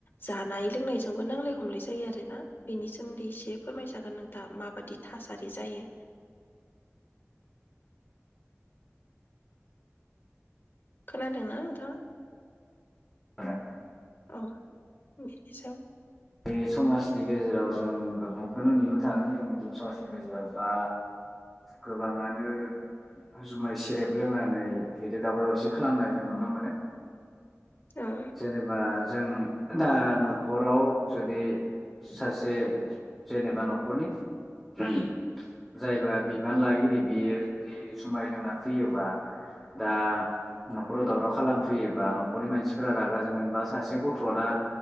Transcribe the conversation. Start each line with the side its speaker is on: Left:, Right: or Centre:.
Left: जानाय लोंनायजोंबो नांलाय खमलाय जायो आरोना। बेनि सोमोन्दै एसे फोरमायजागोन नोंथाङा माबादि थासारि जायो। खोनादोंना नोंथाङा?
Centre: जागोन।
Left: अ बिनिसायाव।
Centre: बे समाजनि गेजेराव जों गोबांखौनो नुनो थाङो जोंनि बर' समाजनि गेजेराव बा गोबाङानो जुमाय सेरेब लोंनानै बिदि दावराव दावसि खालामनायखौ नुनो मोनो।
Left: औ
Centre: जेनेबा जों दा न'खराव जुदि सासे जेनेबा न'खरनि ओम जायबा बिबान लागिरि बेयो जुदि जुमाय लोंना फैयोबा दा न'खराव दावराव खालामफैयोबा न'खरनि मानसि फोरा रागा जोंगोन बा सासे गथ'आ दा